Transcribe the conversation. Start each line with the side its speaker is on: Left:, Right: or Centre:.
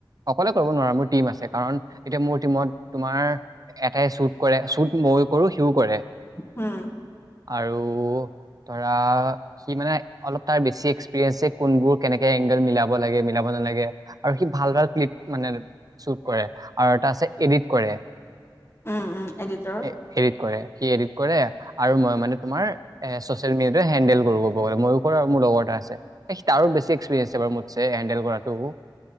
Right: অকলে কৰিব নোৱাৰা মোৰ টিম আছে কাৰণ এতিয়া মোৰ টিমত তোমাৰ এটাই শ্বুট কৰে শ্বুট মইও কৰো সিও কৰে
Left: হম
Right: আৰু ধৰা সি মানে অলপ তাৰ বেছি এক্সপিৰিয়েন্ঞ্চ যে কোনবোৰ কেনেকে এংগেল মিলাব লাগে মিলাব আৰু সি ভাল ভাল ক্লিপ মানে ছোট কৰে আৰু এটা আছে এডিট কৰে।
Left: উম উম এডিটৰ
Right: এ এডিট কৰে সি এডিত কৰে আৰু মই মানে তোমাৰ এ চচিয়াল মিডিয়াটো হেণ্ডেল ময়ো আৰু মোৰ লগৰ এটা আছে তাৰো বেছি এক্সপিৰিয়েঞ্চ বাৰু মটছে হেণ্ডেল কৰাটো